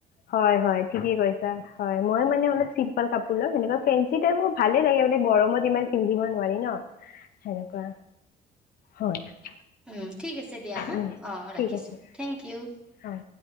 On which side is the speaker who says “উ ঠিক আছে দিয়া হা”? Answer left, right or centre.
Centre